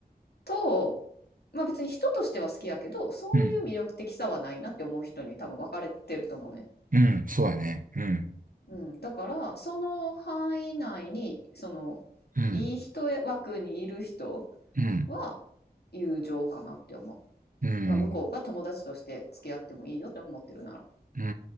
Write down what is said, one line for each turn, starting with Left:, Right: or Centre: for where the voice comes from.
Left: と、まあ、別に人としては好きやけど、そういう魅力的さはないなって思う人に多分分かれてると思うね。
Right: うんうんうんそうやね。うん
Left: うん、だからその範囲内にそのいい人枠にいる人
Right: うんうん
Left: は友情かなって思う。
Right: うん
Left: まあ、向こうが友達として付き合ってもいいよって思ってるなら。
Right: うんう